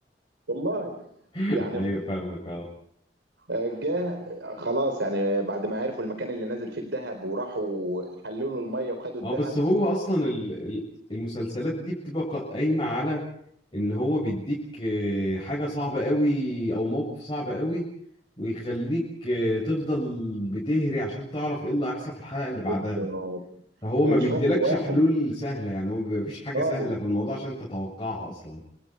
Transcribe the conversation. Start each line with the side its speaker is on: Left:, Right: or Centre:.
Right: والله
Left: <laughs>
Right: يعني
Left: ايوه فاهمك اه
Right: جه خلاص يعني بعد ما عرفوا المكان اللي نازل فيه الذهب وراحوا حللوا الميه وخدوا
Left: اه
Right: الذهب
Left: بس هو اصلا ال- ال- المسلسلات دي بتبقى قا- قايمه على ان هو بيديك آه، حاجه صعبه قوي او موقف صعب قوي ويخليك آه، تفضل بتهري عشان تعرف ايه اللي هيحصل في الحلقه اللي بعدها
Right: بالظبط
Left: فهو ما
Right: ومش
Left: بيديلكش
Right: موقف واحد
Left: حلول سهله يعني هو بيبقى مفيش حاجه
Right: خالص
Left: سهله في الموضوع عشان تتوقعها اصلا